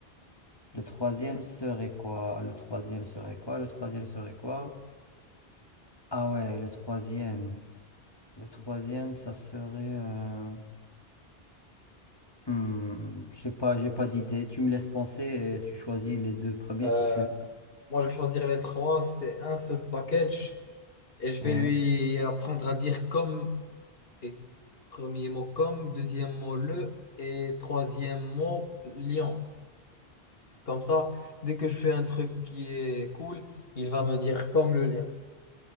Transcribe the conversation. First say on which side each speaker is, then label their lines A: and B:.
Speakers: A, on the left; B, on the left.
A: le troisième serait quoi? Le troisième serait quoi? Le troisième serait quoi? Ah ouais, le troisième. Le troisième, ça serait... Euh... hmm, j'ai pas, j'ai pas d'idée. Tu me laisses penser et tu choisis les deux premiers
B: Euh,
A: si tu veux.
B: moi, je vais choisir les trois. C'est un seul package et je
A: Ouais.
B: vais lui apprendre à dire comme et premier mot comme, deuxième mot le et troisième mot lion. Comme ça, dès que je fais un truc qui est cool, il va me dire comme le lion.